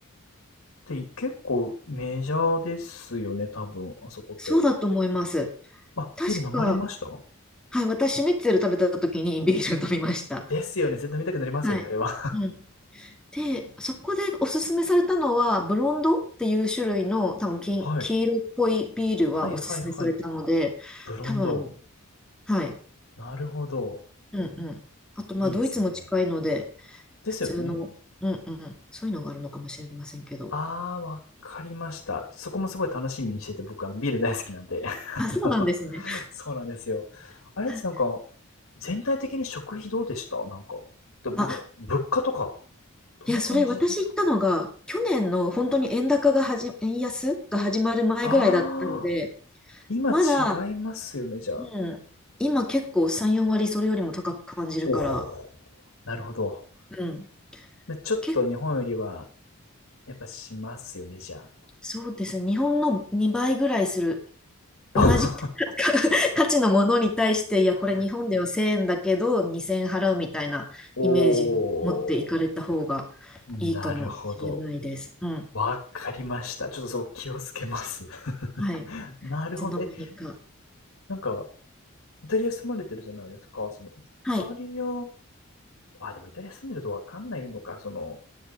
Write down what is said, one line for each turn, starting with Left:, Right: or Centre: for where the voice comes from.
Left: って結構メジャーですよね、多分、あそこって。
Centre: そうだと思います。
Left: あ、
Centre: 確か、
Left: ビール飲まれました
Centre: はい、私、シュニッツェル食べた時にビール飲みました。
Left: ですよね。全然見たくなりますよね、
Centre: はい。
Left: あれは。
Centre: うん。で、そこでおすすめされたのは、ブロンドっていう種類の、多分金、
Left: <laughs> はい。
Centre: 黄色っぽいビールはおすすめされたので、
Left: はいはいはい。ブロンド。
Centre: 多分、はい。
Left: なるほど。
Centre: うんうん。あと、
Left: いいですね。
Centre: まあ、ドイツも近いので、
Left: ですよね。
Centre: 普通の、うんうん、そういうのがあるのかもしれませんけど。
Left: ああ、わかりました。そこもすごい楽しみにしてて、僕、あの、ビール大好きなんで。<laughs> あの
Centre: あ、そうなんですね。
Left: そうなんですよ。
Centre: <laughs>
Left: あれです、なんか、全体的に食費どうでしたなんか。でもなんか、
Centre: あ、
Left: 物価とか、どんな感じですか
Centre: いや、それ私行ったのが、去年の本当に円高がはじ、円安が始まる前ぐらいだったので、
Left: ああ、今違いますよね、
Centre: まだ、
Left: じゃあ。
Centre: うん、今結構3、4割それよりも高く感じるから、
Left: おお、なるほど。
Centre: うん、
Left: まあちょっと日本よりは、
Centre: け、
Left: やっぱしますよね、じゃ
Centre: そうですね、日本の2倍ぐらいする同じ
Left: あ。
Centre: <laughs> 価値のものに対して、
Left: <laughs>
Centre: いや、これ日本では1000円だけど2000円払うみたいなイメージを持っていかれた方が
Left: おお、なるほど。
Centre: いいかもしれないです。うん。
Left: わかりました。ちょっとそこ気をつけます。<laughs>
Centre: はい。
Left: なるほど。
Centre: いつの間にか。
Left: え、なんか、イタリア住まれてるじゃないですか。その、イタリア、
Centre: はい。
Left: あ、でもイタリア住んでるとわかんないのか。その、